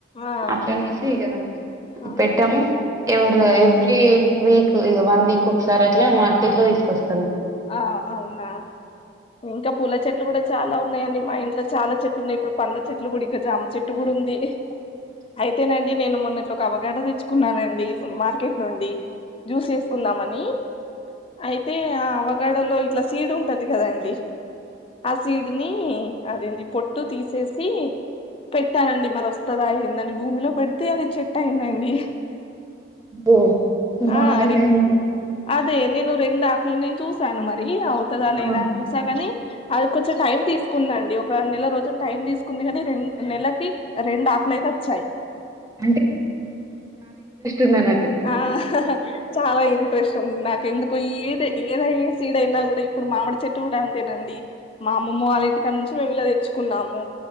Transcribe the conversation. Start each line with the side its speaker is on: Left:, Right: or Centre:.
Left: ఆహాహా
Right: అట్లానేసి ఇక
Left: అవును
Right: పెట్టాము ఎవరు
Left: ఆ
Right: ఎవ్రీ వీక్ ఇగ వన్ వీక్ ఒకసారి అట్లా మార్కెట్ లో తీసుకొస్తా
Left: ఆ అవునా ఇంకా పూల చెట్లు కూడా చాలా ఉన్నాయి అండి మా ఇంట్లో చాలా చెట్లు ఉన్నాయి ఇప్పుడు పండ్ల చెట్లు కూడా ఇక జామ చెట్టు కూడా ఉంది
Right: ఆ
Left: అయితేనండి నేను మొన్నట్ ఒక అవగాడో తెచ్చుకున్నానండి ఫుడ్ మార్కెట్ నుండి జ్యూస్ చేసుకుందామని అయితే ఆ గడలో ఇట్లా సీడ్ ఉంటది కదా అండి ఆ సీడ్ ని అదేంది పొట్టు తీసేసి పెట్టానండి మరి వస్తుదా ఎందని భూమిలో పెడితే అది చెట్టు అయిందండి
Right: ఓ బానే
Left: ఆ అరే
Right: ఉంది
Left: అదే నేను రెండు ఆకులని చూశాను మరి అవుతదా లేదా
Right: ఉమ్
Left: అని చూసాగాని అది కొంచెం టైం తీసుకున నెల రోజులు టైమ్ తీసుకుంది కానీ రెం నెలకి రెండు ఆకుల అయితే అచ్చాయి
Right: ఆ ఉందన్నట్టు
Left: ఆ చాలా ఇంట్రెస్ట్ ఉంది నాకు నాకు ఏ ఏది ఏదనా సీడయినా కూడా ఇప్పుడు మామిడి చెట్టు కూడా అంతేనండి మా అమ్మమ్మ వాళ్ళ ఇంటిక నుంచి మేము ఇలా తెచ్చుకున్నాము